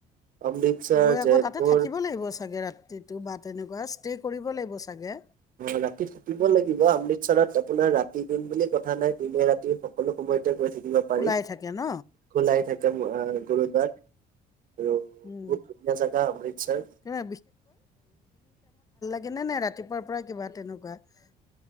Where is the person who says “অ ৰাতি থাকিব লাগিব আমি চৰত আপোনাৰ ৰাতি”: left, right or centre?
Right